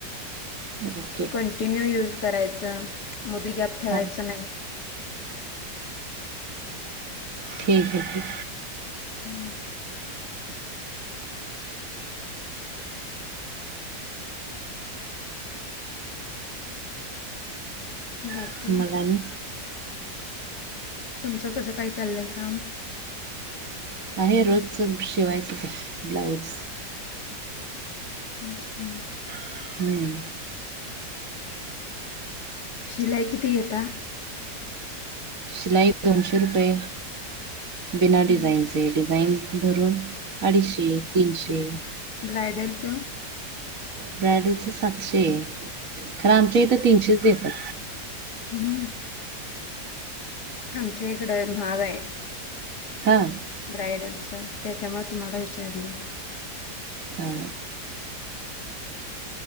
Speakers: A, on the right; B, on the left.
A: ओके
B: कंटिन्यू युज करायचं मदी गॅप ठेवायचं
A: हां
B: नाही.
A: ठीक आहे ठीक.
B: हम्म! बाकी
A: आहे. मग आणि
B: तुमचं कसं काय चाललंय काम?
A: आहे रोजच शिवायचं त ब्लाऊज.
B: ह ह.
A: हम्म!
B: शिलाई कती घेता.
A: सलाई दोनशे रुपये बिना
B: मी
A: डिझाइनचे डिझाईन धरून अडीचशे, तीनशे
B: ब्रायडलच.
A: ब्रायडलचं सातशे. खरं आमच्या इथं तीनशेच देतात.
B: हम्म. आमच्या इकडं महागाय.
A: हां.
B: ब्रायडलच. त्याच्यामुळे तुम्हाला विचारलं.
A: हा.